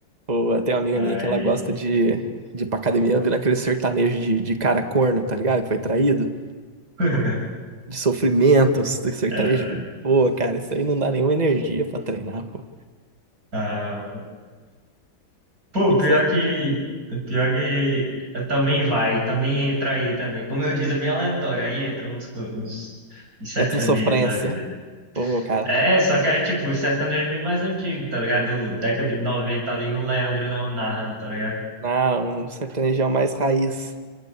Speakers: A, on the right (about 20°); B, on the right (about 40°).
A: Pô, tem uma amiga
B: Aí.
A: minha que ela gosta de, de ir pra academia vendo aquele sertanejo de, de cara corno, tá ligado? Que foi traído.
B: <laughs>
A: De sofrimento, <laughs> uns sertanejo.
B: é,
A: Pô, cara, isso aí não dá nenhuma energia pra treinar, pô. O
B: ah, pô,
A: que
B: pior
A: que você
B: que. Pior que também vai, também entra aí também. Como eu disse, é bem aleatório, aí entra uns, co- uns, uns sertanejos
A: entra o sofrência?
B: da vida.
A: Pô, cara,
B: É, só que aí, tipo, sertanejo bem mais antigo, tá ligado? Década de 90 ali, um Leandro e Leonardo, tá ligado?
A: não, um sertanejão mais raiz.